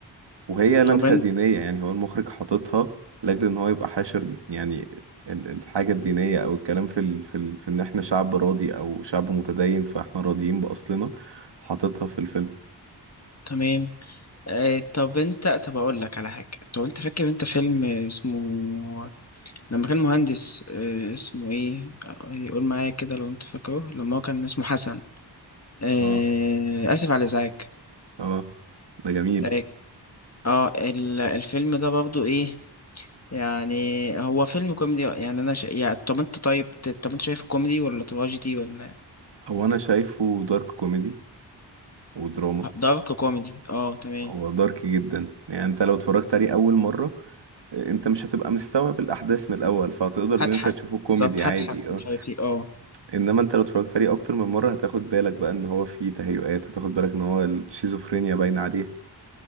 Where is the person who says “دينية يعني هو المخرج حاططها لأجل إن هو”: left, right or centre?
Right